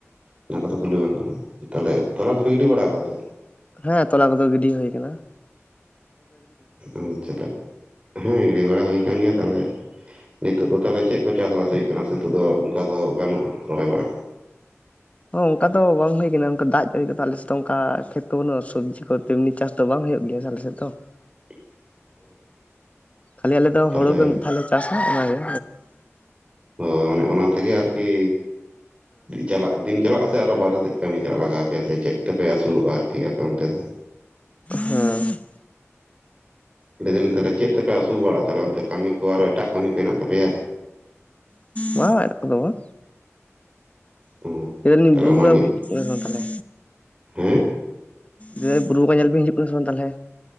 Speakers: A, on the right; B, on the left.
A: ᱚᱱᱟ ᱠᱚᱫᱚ ᱠᱩᱞᱤ ᱵᱟᱝ ᱜᱟᱱᱚᱜ-ᱟ, ᱛᱟᱦᱚᱞᱮ ᱛᱚᱞᱟ ᱠᱚᱯᱮ ᱜᱤᱰᱤ ᱵᱟᱲᱟ ᱟᱠᱟᱫᱟ ᱥᱮ?
B: ᱦᱮᱸ ᱛᱚᱞᱟ ᱠᱚᱫᱚ ᱜᱤᱰᱤ ᱦᱩᱭ ᱟᱠᱟᱱᱟ ᱾
A: ᱟᱪᱪᱷᱟ <unintelligible> ᱦᱮᱸ ᱜᱤᱰᱤ ᱵᱟᱲᱟ ᱦᱩᱭ ᱠᱟᱱ ᱜᱮᱭᱟ ᱛᱟᱦᱚᱞᱮ ᱾ ᱱᱤᱛᱚᱜ ᱫᱚ ᱛᱟᱦᱚᱞᱮ ᱪᱮᱫ ᱠᱚ ᱪᱟᱥ ᱵᱟᱥ ᱦᱩᱭᱩᱜ ᱠᱟᱱᱟ? ᱱᱤᱛᱚᱜ ᱫᱚ ᱚᱱᱠᱟ ᱫᱚ ᱵᱟᱱᱩᱜᱼᱟ ᱨᱚᱦᱚᱭ ᱵᱟᱲᱟᱼᱼ
B: ᱦᱚᱸ ᱚᱱᱠᱟ ᱫᱚ ᱵᱟᱝ ᱦᱩᱭ ᱟᱠᱟᱱᱟ ᱚᱱᱠᱟ ᱫᱟᱜ ᱡᱟᱲᱤ ᱠᱚᱫᱚ ᱟᱞᱮᱥᱮᱫ ᱫᱚ ᱚᱱᱠᱟ ᱠᱷᱮᱛ ᱫᱚ ᱵᱟᱹᱱᱩᱜᱼᱟ, ᱥᱚᱵᱽᱡᱤ ᱠᱚᱼᱼ ᱛᱮᱢᱱᱤ ᱪᱟᱥ ᱫᱚ ᱵᱟᱝ ᱦᱩᱭᱩᱜ ᱜᱮᱭᱟ ᱟᱞᱮᱥᱮᱫ ᱛᱚ ᱾
A: <unintelligible>
B: ᱠᱷᱟᱹᱞᱤ ᱟᱞᱮ ᱫᱚ
A: ᱛᱟᱦᱚᱞᱮ
B: ᱦᱩᱲᱩ ᱜᱮ ᱢᱤᱫ ᱫᱷᱟᱣ ᱞᱮ ᱪᱟᱥᱟ ᱚᱱᱟᱜᱮᱼᱼ
A: ᱦᱚ ᱚᱱᱮ ᱚᱱᱟ ᱛᱮᱜᱮ ᱟᱨᱠᱤ, ᱪᱟᱞᱟᱜ ᱫᱤᱱ ᱪᱟᱞᱟᱜ ᱟᱥᱮ ᱟᱨᱚ ᱵᱟᱨᱦᱮ ᱥᱮᱫ ᱠᱟᱹᱢᱤ ᱪᱟᱞᱟᱜ ᱞᱟᱜᱟᱣᱚᱜᱼᱟ ᱾ ᱟᱯᱮ ᱥᱮ ᱪᱮᱫ ᱛᱮᱯᱮ ᱟᱹᱥᱩᱞᱚᱜᱼᱟ ᱟᱨᱠᱤ ᱟᱯᱮ ᱚᱱᱛᱮ ᱫᱚ?
B: ᱦᱮᱸ <unintelligible>
A: ᱞᱟᱹᱭ ᱫᱟᱞᱤᱧ ᱛᱟᱦᱚᱞᱮ ᱪᱮᱫ ᱛᱮᱯᱮ ᱟᱹᱥᱩᱞ ᱵᱟᱲᱟᱜᱼᱟ, ᱛᱟᱦᱚᱞᱮ ᱚᱱᱛᱮ ᱠᱟᱹᱢᱤ ᱠᱚ ᱟᱨᱚ ᱮᱴᱟᱜ ᱠᱟᱹᱢᱤ ᱠᱚ ᱦᱮᱱᱟᱜ ᱛᱟᱯᱮᱭᱟ?
B: ᱵᱟᱝ ᱮᱲᱟᱴ ᱠᱚᱫᱚ ᱵᱟᱝ᱾
A: ᱚ
B: ᱞᱟᱹᱭ ᱫᱟᱞᱤᱧ
A: ᱛᱟᱦᱚᱞᱮ
B: ᱵᱩᱨᱩ
A: ᱚᱱᱟ
B: ᱵᱚᱸᱜᱟ
A: ᱢᱤᱫ
B: ᱵᱤᱱ ᱦᱤᱡᱩᱜ ᱠᱟᱱᱟ ᱥᱮ ᱵᱟᱝ ᱛᱟᱦᱚᱞᱮ?
A: ᱦᱮᱸ
B: ᱡᱮ ᱵᱩᱨᱩ ᱵᱚᱸᱜᱟᱜ ᱧᱮᱞ ᱵᱤᱱ ᱦᱤᱡᱩᱜ ᱠᱟᱱᱟ ᱥᱮ ᱵᱟᱝ ᱛᱟᱦᱚᱞᱮ?